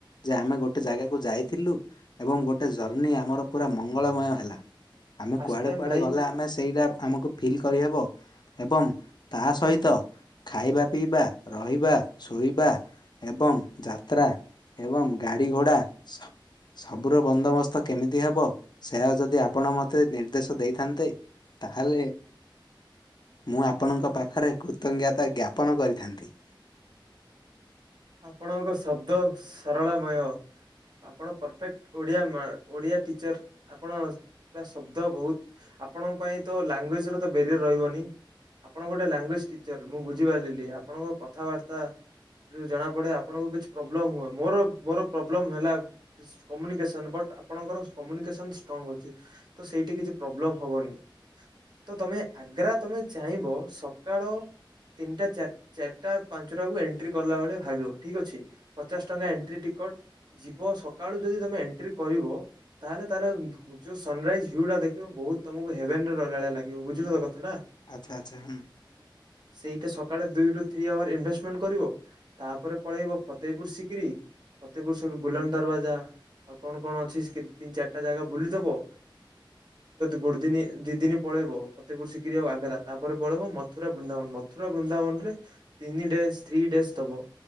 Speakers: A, on the left; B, on the right.
A: ଯେ ଆମେ ଗୋଟେ ଜାଗାକୁ ଯାଇଥିଲୁ ଏବଂ ଗୋଟେ ଜର୍ଣି ଆମର ପୁରା ମଙ୍ଗଳମୟ ହେଲା। ଆମେ
B: ଫାଷ୍ଟ
A: କୁଆଡ଼େ
B: ଟାଇମ
A: କୁଆଡେ
B: ଭାଇ
A: ଗଲେ ଆମେ ସେଇଟା ଆମକୁ ଫିଲ୍ କରିହେବ ଏବଂ ତା ସହିତ ଖାଇବା ପିଇବା ରହିବା ଶୋଇବା ଏବଂ ଯାତ୍ରା ଏବଂ ଗାଡ଼ି ଘୋଡ଼ା ସବୁର ବନ୍ଦୋବସ୍ତ କେମିତି ହେବ ସେ ଯଦି ଆପଣ ମୋତେ ନିର୍ଦ୍ଦେଶ ଦେଇଥାନ୍ତେ ତାହେଲେ ମୁଁ ଆପଣଙ୍କ ପାଖରେ କୃତଜ୍ଞତା ଜ୍ଞାପନ କରିଥାନ୍ତି।
B: ଆପଣଙ୍କ ଶବ୍ଦ ସରଳମୟ ଆପଣ ପରଫେକ୍ଟ ଓଡିଆ ମା ଓଡିଆ ଟିଚର ଆପଣ ପୁରା ଶବ୍ଦ ବହୁତ ଆପଣଙ୍କ ପାଇଁ ତ ଲାଙ୍ଗୁଏଜ ର ତ ବ୍ୟାରିୟର ରହିବନି ଆପଣଙ୍କ ଗୋଟେ ଲାଙ୍ଗୁଏଜ ଟିଚର ମୁଁ ବୁଝିପାରିଲି ଆପଣଙ୍କ କଥାବାର୍ତ୍ତା ଜଣା ପଡେ ଆପଣଙ୍କୁ କିଛି ପ୍ରୋବ୍ଲେଲ ହୁ ମୋର ମୋର ପ୍ରୋବ୍ଲେ ହେଲା କମ୍ୟୁନିକେସନ ବଟ୍ ଆପଣଙ୍କର କମ୍ୟୁନିକେସନ ଷ୍ଟ୍ରଙ୍ଗ ଅଛି ତ ସେଇଠି କିଛି ପ୍ରୋବ୍ଲେମ ହବନି ତ ତମେ ଆଗ୍ରା ତମେ ଚାହିଁବ ସକାଳ ତିନିଟା ଚା ଚାରିଟା ପାଞ୍ଚଟା କୁ ଏଣ୍ଟ୍ରି କଲା ଭଳିଆ ଭାବିବ ଠିକ ଅଛି ପଚାଶ ଟଙ୍କା ଏଣ୍ଟ୍ରି ଟିକଟ ଯିବ ସକାଳୁ ଯଦି ତମେ ଏଣ୍ଟ୍ରି କରିବ ତାହେଲେ ତାର ଯୋଉ ସନରାଇଜ୍ ଭ୍ୟୁ ଟା ଦେଖିବ ବହୁତ ତମକୁ ହେଭନ ର ଲଳି ଲାଗିବ ବୁଝିଲ ତ କଥାଟା
A: ଆଚ୍ଛା ଆଚ୍ଛା ହଁ।
B: ସେଇଟା ସକାଳେ ଦୁଇ ରୁ ଥ୍ରୀ ଆୱାର ଇନଭେଷ୍ଟମେଣ୍ଟ କରିବ ତାପରେ ପଳେଇବ ଫତେହପୁର ସିକିରି ଫତେହପୁର ସ ବୁଲନ ଦରବାଜା ଆଉ କଣ କଣ ଅଛି କେ ତିନି ଚାରିଟା ଜାଗା ବୁଲିଦବ ଗୋଡ ଦିନ ଦି ଦିନ ପଳେଇବ ଫତେପୁର ଶିକିରି ଆଉ ଆଗ୍ରା ତାପରେ ପଳେଇବ ମଥୁରା ବୃନ୍ଦାବନ ମଥୁରା ବୃନ୍ଦାବନ ରେ ତିନି ଡେଜ ଥ୍ରୀ ଡେଜ ଦବ